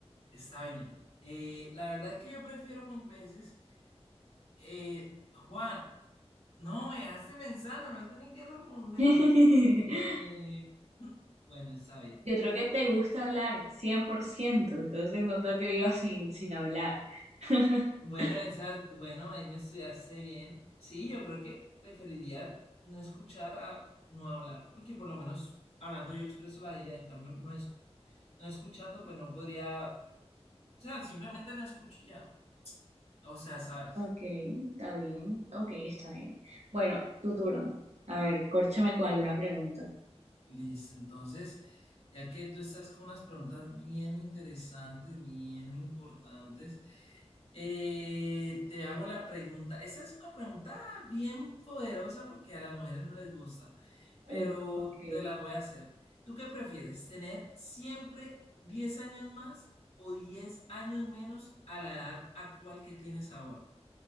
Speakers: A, on the left (about 65°); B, on the right (about 80°).
A: está bien. Eh, la verdad es que yo prefiero mil veces, eh, Juan, no me hace pensando, no sé ni qué responder.
B: <laughs>
A: Eh, <laughs> bueno, está bien.
B: Yo creo que te gusta hablar, 100% entonces no creo que vivas sin, sin hablar. <laughs>
A: Bueno, esa, bueno, ahí me estudiaste bien. Sí, yo creo que preferiría no escuchar a no hablar, porque por lo menos hablando yo expreso la idea, en cambio no es, no escuchando, pues no podría, o sea, simplemente no escucho y ya. O sea, ¿sabes?
B: Ok, está bien, ok, está bien. Bueno, tu turno. A ver, córchame con alguna pregunta.
A: Listo, entonces, ya que tú estás con unas preguntas bien interesantes, bien importantes, eh, te hago la pregunta. Esa es una pregunta bien poderosa porque a las mujeres no les gusta, pero
B: Uf, ok.
A: te la voy a hacer. ¿Tú qué prefieres? ¿Tener siempre 10 años más o 10 años menos a la edad actual que tienes ahora?